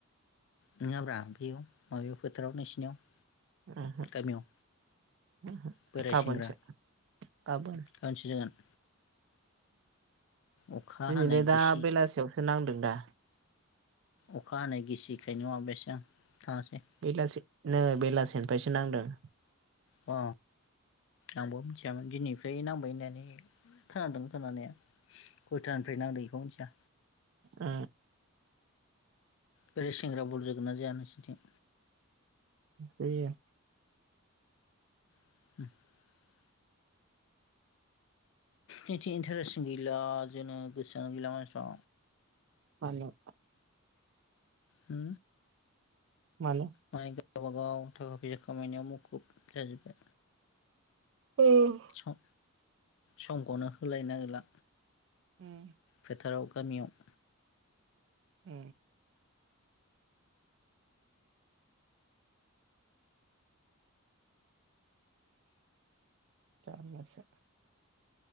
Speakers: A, on the left; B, on the right.
A: नङाब्रा बेयाव माबायाव फोथाराव नोंसिनियाव।
B: उहो
A: गामियाव
B: उहो
A: बोराय
B: गाबोनसो
A: सेंग्रा
B: गाबोन
A: गाबोनसो जागोन अखा
B: दिनैलाय
A: हानाय
B: दा
A: गिसि
B: बेलासियावसो नांदों दा।
A: अखा हानाय गिसिखायनो माबायासै आं थाङासै।
B: बेलासेनो बेलासेनिफ्रायसो नांदो
A: अ आंबो मिथियामोन दिनैफ्राय नांबाय होननानै खोनादों खोनानाया। खैथानिफ्राय नांदों बेखौ मिथिया
B: उ
A: बेै सेंग्रा बल जोगोन ना जोया नोंसोरथिं?
B: जोयो।
A: <inaudible> बिथि इन्टारेस गैला जोंनो गोसोआ गैला मानसिफ्रा।
B: मानो
A: हो
B: मानो?
A: मालाय गावबागाव थाखा फैसा खामायनायाव मुखुब जाजोब्बाय।
B: <unintelligible>
A: सम समखौनो होलायनो नागिरला।
B: उम
A: फोथाराव गामियाव।
B: उ जारलासो।